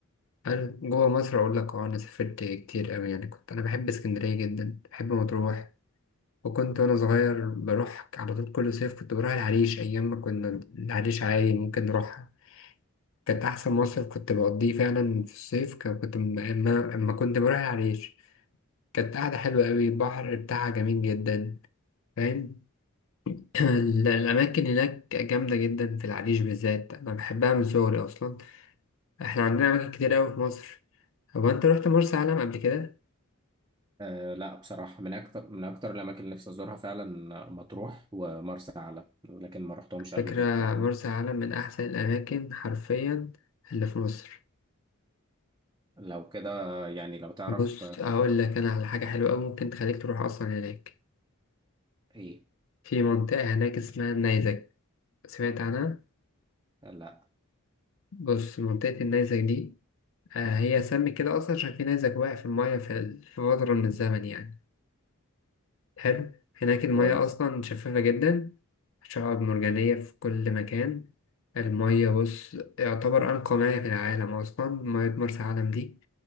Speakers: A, on the left (about 60°); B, on the right (about 20°).
A: أنا جوا مصر أقول لك أه أنا سافرت كتير أوي يعني كنت أنا بحب اسكندرية جدا بحب مطروح وكنت وأنا صغير بروح على طول كل صيف كنت بروح العريش أيام ما كنا العريش عادي ممكن نروحها كانت أحسن مصيف كنت بقضيه فعلا في الصيف كان- كنت م- أما أما كنت بروح العريش كانت قاعدة حلوة أوي البحر بتاعها جميل جدا فاهم <clears throat> ال- الأماكن هناك جامدة جدا في العريش بالذات أنا بحبها من صغري أصلا إحنا عندنا أماكن كتير أوي في مصر هو أنت رحت مرسى علم قبل كده؟
B: آه لا بصراحة من أكتر من أكتر الأماكن اللي نفسي أزورها فعلا مطروح ومرسى علم لكن ما رحتهمش
A: فكرة
B: قبل كده لكن
A: مرسى علم من أحسن الأماكن حرفيا اللي في مصر
B: لو كده يعني لو تعرف
A: بص
B: آه،
A: أقول لك أنا على حاجة حلوة أوي ممكن تخليك تروح أصلا هناك
B: إيه
A: في منطقة هناك اسمها النيزك سمعت عنها؟
B: آه، لا
A: بص منطقة النيزك دي آه، هي سمت كده أصلا عشان في نيزك واقع في المية في ال- في فترة من الزمن يعني حلو هناك المية
B: كويس
A: أصلا شفافة جدا شعاب مرجانية في كل مكان المية بص يعتبر أنقى مياه في العالم أصلا مية مرسى علم دي